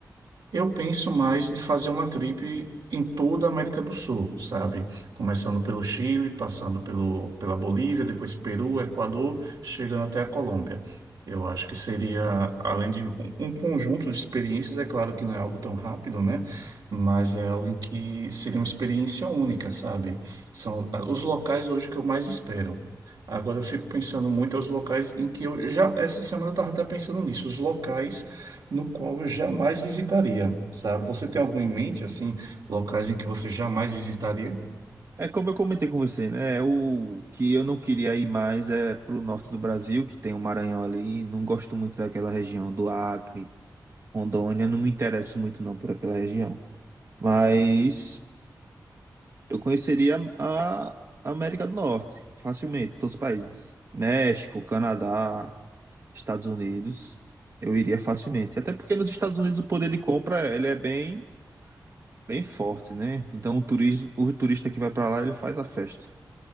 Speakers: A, on the right; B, on the right.
A: Eu penso mais de fazer uma trip em toda a América do Sul, sabe? Começando pelo Chile, passando pelo, pela Bolívia, depois Peru, Equador, chegando até a Colômbia. Eu acho que seria, além de um um conjunto de experiências, é claro que não é algo tão rápido, né? Mas é algo em que seria uma experiência única, sabe? São ah, os locais hoje que eu mais espero. Agora eu fico pensando muito aos locais em que eu já, essa semana eu estava até pensando nisso, os locais no qual eu jamais visitaria, sabe? Você tem algum em mente, assim, locais em que você jamais visitaria?
B: É como eu comentei com você, né? É O que eu não queria ir mais é pro norte do Brasil, que tem o Maranhão ali. Não gosto muito daquela região do Acre, Rondônia. Não me interesso muito não por aquela região. Mas eu conheceria a a América do Norte facilmente, todos os países. México, Canadá, Estados Unidos. Eu iria facilmente. Até porque nos Estados Unidos o poder de compra, ele é bem bem forte, né? Então o turismo, o turista que vai pra lá, ele faz a festa.